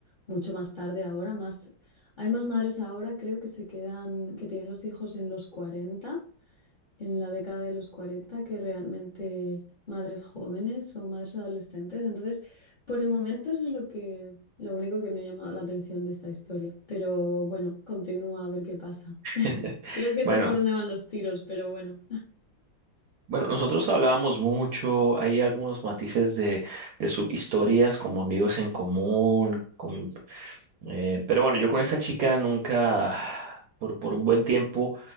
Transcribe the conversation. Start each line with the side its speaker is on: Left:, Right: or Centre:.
Left: mucho más tarde ahora, más, hay más madres ahora, creo que se quedan, que tienen los hijos en los 40, en la década de los 40, que realmente madres jóvenes o madres adolescentes. Entonces, por el momento eso es lo que, lo único que me ha llamado la atención de esta historia, pero bueno, continúa a ver qué pasa.
Right: <laughs>
Left: Creo que sé
Right: Bueno,
Left: por dónde van los tiros, pero bueno,
Right: Bueno, nosotros hablábamos mucho, hay algunos matices de, de subhistorias como amigos en común, con- eh, pero bueno, yo con esa chica nunca, por, por un buen tiempo,